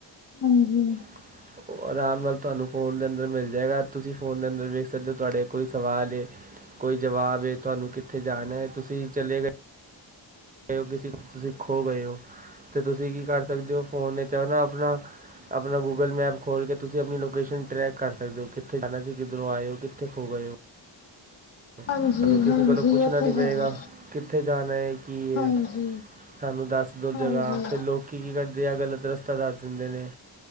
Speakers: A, on the left; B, on the right.
A: ਹਾਂਜੀ
B: <inaudible> ਉਹ ਆਰਾਮ ਨਾਲ ਤੁਹਾਨੂੰ ਫ਼ੋਨ ਦੇ ਅੰਦਰ ਮਿਲ ਜਾਏਗਾ, ਤੁਸੀਂ ਫ਼ੋਨ ਦੇ ਅੰਦਰ ਵੇਖ ਸਕਦੇ ਹੋ ਤੁਹਾਡੇ ਕੋਈ ਸਵਾਲ ਐ। ਕੋਈ ਜਵਾਬ ਏ, ਤੁਹਾਨੂੰ ਕਿੱਥੇ ਜਾਣਾ ਐ, ਤੁਸੀਂ ਚਲੇੇ ਗਏ ਉ ਤੁਸੀਂ ਖੋ ਗਏ ਹੋ, ਤੇ ਤੁਸੀਂ ਕੀ ਕਰ ਆਪ ਸਕਦੇ ਹੋ ਫੋਨ 'ਚ ਆਪਣਾ, ਆਪਣਾ ਆ ਆਪਣਾ ਗੂਗਲ ਮੈਪ ਖੋਲ੍ਹ ਕੇ, ਤੁਸੀਂ ਆਪਣੀ ਲੋਕੇਸ਼ਨ ਟਰੈਕ ਕਰ ਸਕਦੇ ਹੋ, ਕਿੱਥੇ ਜਾਣਾ ਸੀ ਕਿੱਧਰੋਂ ਆਏ ਹੋ, ਕਿੱਥੇ ਖੋ ਗਏ ਹੋ। ਤੁਹਾਨੂੰ
A: ਹਾਂਜੀ ਹਾਂਜੀ ਹਾਂਜੀ
B: ਕਿਸੇ ਕੋਲੋਂ ਪੁੱਛਣਾ
A: ਉਹ ਤੇ
B: ਨੀ
A: ਹੈ
B: ਪਏਗਾ,
A: ਹੀ
B: ਕਿੱਥੇ ਜਾਣਾ ਹੈ, ਕੀ
A: ਹਾਂਜੀ
B: ਇਹ। ਸਾਨੂੰ ਦੱਸ ਦਉ
A: ਹਾਂਜੀ
B: ਜਗ੍ਹਾ, ਫਿਰ ਲੋਕੀ ਕੀ ਕਰਦੇ ਆ, ਗਲਤ ਰਸਤਾ ਦੱਸ ਦਿੰਦੇ ਨੇ।